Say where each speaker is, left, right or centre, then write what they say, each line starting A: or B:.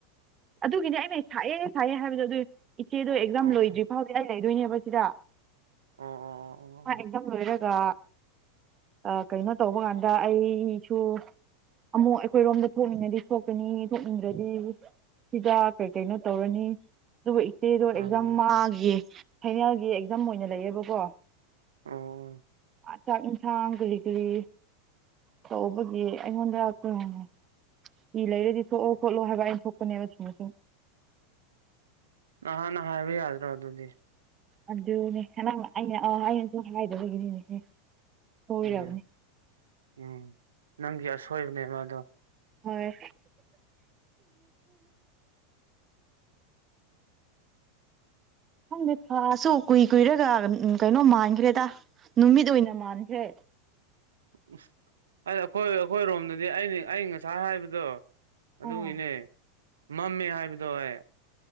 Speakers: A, on the right; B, on the right.
A: ꯑꯗꯨꯒꯤꯅꯤ ꯑꯩꯅ ꯁꯥꯏꯑꯦ ꯁꯥꯏꯑꯦ ꯍꯥꯏꯕꯗꯣ ꯑꯗꯨ ꯏꯆꯦꯗꯣ ꯑꯦꯛꯖꯥꯝ
B: ꯑꯣ
A: ꯂꯣꯏꯗ꯭ꯔꯤ ꯐꯥꯎꯗꯤ ꯑꯩ ꯂꯩꯗꯣꯏꯅꯦꯕ ꯁꯤꯗ
B: ꯑꯣ ꯑꯣ ꯑꯣ
A: ꯃꯥ ꯑꯦꯛꯖꯥꯝ ꯂꯣꯏꯔ ꯒ ꯑ ꯀꯩꯅꯣ ꯇꯧꯕ ꯀꯥꯟꯗ ꯑꯩꯁꯨ ꯑꯃꯨꯛ ꯑꯩꯈꯣꯏꯔꯣꯝꯗ ꯊꯣꯛꯅꯤꯡꯉꯗꯤ ꯊꯣꯛꯀꯅꯤ ꯊꯣꯛꯅꯤꯡꯗ꯭ꯔꯗꯤ ꯁꯤꯗ ꯀꯩ ꯀꯩꯅꯣ ꯇꯧꯔꯅꯤ ꯑꯗꯨꯕꯨ ꯏꯆꯦꯗꯣ
B: ꯎꯝ
A: ꯑꯦꯛꯖꯥꯝ ꯃꯥꯒꯤ ꯐꯥꯏꯅꯦꯜꯒꯤ ꯑꯦꯛꯖꯥꯝ ꯑꯣꯏꯅ ꯂꯩꯌꯦꯕꯀꯣ
B: ꯑꯣ
A: ꯆꯥꯛ ꯏꯟꯁꯥꯡ ꯀꯔꯤ ꯀꯔꯤ ꯇꯧꯕꯒꯤ ꯑꯩꯉꯣꯟꯗ <unintelligible> ꯁꯨꯇꯤ ꯂꯩꯔꯗꯤ ꯊꯣꯛꯑꯣ ꯈꯣꯠꯂꯣ ꯍꯥꯏꯕ ꯑꯩꯅ ꯊꯣꯛꯄꯅꯦꯕ ꯁꯨꯝꯔ ꯁꯨꯝ
B: ꯅꯍꯥꯟꯅ ꯍꯥꯏꯕ ꯌꯥꯗ꯭ꯔꯣ ꯑꯗꯨꯗꯤ
A: ꯑꯗꯨꯅꯦ ꯍꯦꯅꯪ ꯑꯩꯅ ꯑ ꯑꯩꯅꯁꯨ ꯍꯥꯏꯗꯕꯒꯤꯅꯤꯅꯦꯍꯦ ꯁꯣꯏꯔꯕꯅꯦ
B: ꯎꯝ ꯎꯝ ꯅꯪꯒꯤ ꯑꯁꯣꯏꯕꯅꯦ ꯑꯗꯣ
A: ꯍꯣꯏ ꯈꯪꯗꯦ ꯊꯥꯁꯨ ꯀꯨꯏ ꯀꯨꯏꯔꯒ ꯎꯝ ꯀꯩꯅꯣ ꯃꯥꯟꯈ꯭ꯔꯦꯗ ꯅꯨꯃꯤꯠ ꯑꯣꯏꯅ ꯃꯥꯟꯈ꯭ꯔꯦ
B: ꯎ ꯑꯩ ꯑꯈꯣꯏ ꯑꯈꯣꯏꯔꯣꯝꯗꯗꯤ ꯑꯩꯅꯤ ꯑꯩ ꯉꯁꯥꯏ ꯍꯥꯏꯕꯗꯣ ꯑꯗꯨꯒꯤꯅꯦ
A: ꯑꯥ
B: ꯃꯝꯃꯦ ꯍꯥꯏꯕꯗꯣ ꯍꯦ